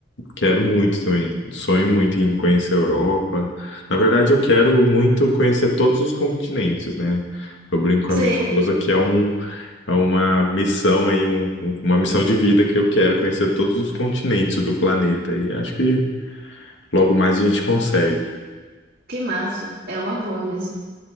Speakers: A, on the left; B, on the right.
A: Quero muito também. Sonho muito em conhecer a Europa. Na verdade, eu quero muito conhecer todos os continentes, né? Eu brinco com
B: Sei.
A: a minha esposa que é um, é uma missão aí, um, um- uma missão de vida que eu quero conhecer todos os continentes do planeta. E acho que logo mais a gente consegue.
B: Que massa! É uma boa mesmo.